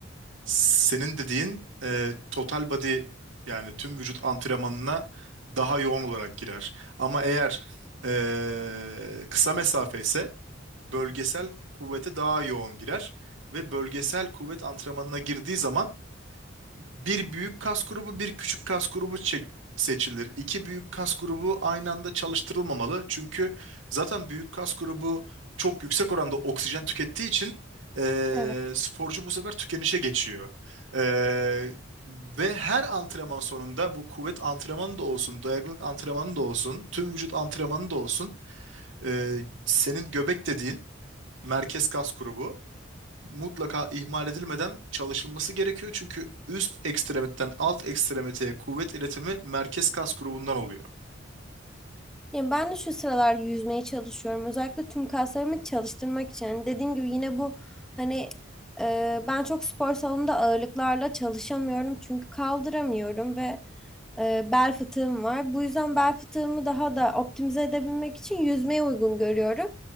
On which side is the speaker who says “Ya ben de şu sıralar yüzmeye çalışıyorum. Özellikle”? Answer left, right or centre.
Centre